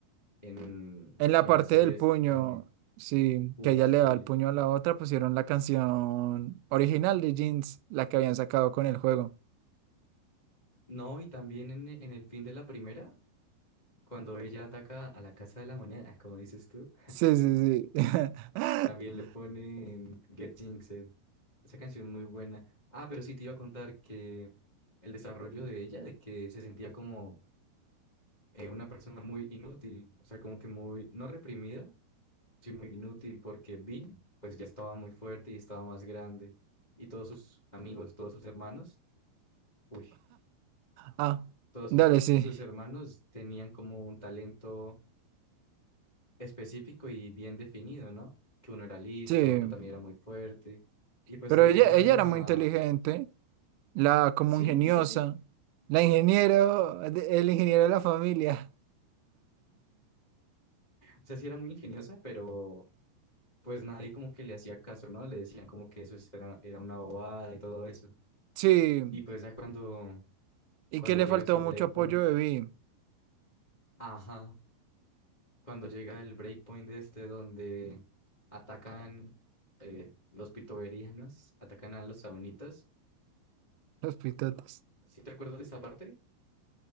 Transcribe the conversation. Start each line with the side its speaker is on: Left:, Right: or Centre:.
Left: en,
Right: En la
Left: en
Right: parte
Left: la serie
Right: del
Left: esta.
Right: puño, sí,
Left: Uf,
Right: que ella
Left: sí.
Right: le da el puño a la otra, pusieron la canción original de Jeans, la que habían sacado con el juego.
Left: No, y también en, en el fin de la primera, cuando ella ataca a la Casa de la Moneda, como dices tú.
Right: Sí, sí, sí. <laughs>
Left: También le ponen Get Jinxed. Esa canción muy buena. Ah, pero sí te iba a contar que el desarrollo de ella, de que se sentía como eh, una persona muy inútil, o sea, como que muy, no reprimida, sí muy inútil, porque Vi, pues ya estaba muy fuerte y estaba más grande. Y todos sus amigos, todos sus hermanos, uy,
Right: Ah,
Left: todos
Right: dale,
Left: sus,
Right: sí.
Left: sus hermanos tenían como un talento específico y bien definido, ¿no? Que uno era listo,
Right: Sí.
Left: otro también era muy fuerte. Y pues
Right: Pero
Left: ella
Right: ella,
Left: era
Right: ella
Left: la
Right: era muy inteligente. La como
Left: Sí,
Right: ingeniosa.
Left: sí, sí.
Right: La ingeniero, el ingeniero de la familia.
Left: O sea, sí era muy ingeniosa, pero pues nadie como que le hacía caso, ¿no? Le decían como que eso era, era una bobada y todo eso.
Right: Sí.
Left: Y pues ya cuando,
Right: ¿Y
Left: cuando
Right: que le
Left: llega
Right: faltó
Left: su
Right: mucho
Left: breakpoint,
Right: apoyo de Vi?
Left: ajá, cuando llega el breakpoint de este donde atacan eh, los pitoverianos, atacan a los sabonitas.
Right: Los pitotes.
Left: ¿Sí te acuerdas de esa parte?